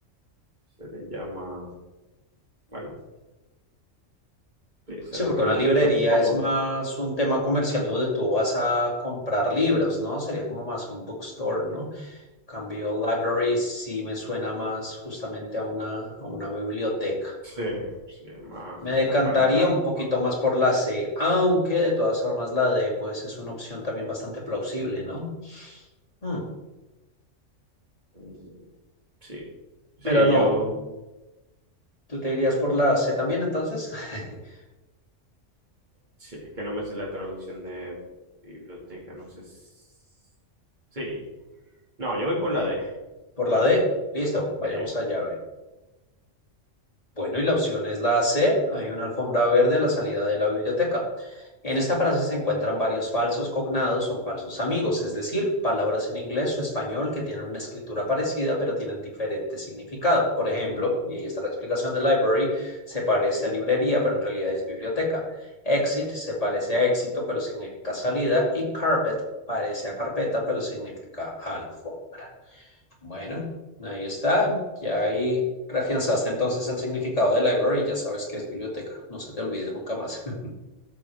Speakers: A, on the right; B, on the left.
A: se le llama, bueno, sí, será
B: Sí, porque
A: biblioteca,
B: una librería
A: supongo.
B: es más un tema comercial donde tú vas a comprar libros, ¿no? Sería como más un bookstore, ¿no? En Cambio library sí me suena más justamente a una, a una biblioteca.
A: Sí, se llama,
B: Me decantaría
A: es la palabra
B: un poquito
A: correcta.
B: más por la C, aunque de todas formas la D pues es una opción también bastante plausible, ¿no? Hmm,
A: Mm, Sí, sí,
B: Pero no,
A: yo,
B: tú te irías por la C también entonces, <laughs>
A: sí, es que no me sé la traducción de biblioteca, no sé. si- Sí, no, yo voy por la D,
B: por
A: venga.
B: la D. Listo, vayamos
A: Sí,
B: allá a ver. Bueno, y la opción es la C. Hay una alfombra
A: sí,
B: verde a la salida de la biblioteca. En
A: sí.
B: esta frase se encuentran varios falsos cognados o falsos amigos, es decir, palabras en inglés o español que tienen una escritura parecida pero tienen diferente significado. Por ejemplo, y ahí está la explicación de library, se parece a librería pero en realidad es biblioteca. Exit se parece a éxito pero significa salida y carpet parece a carpeta pero significa alfombra. Bueno, ahí está. Ya ahí reafianzaste entonces el significado de library y ya sabes que es biblioteca. No se te olvide nunca más. <laughs>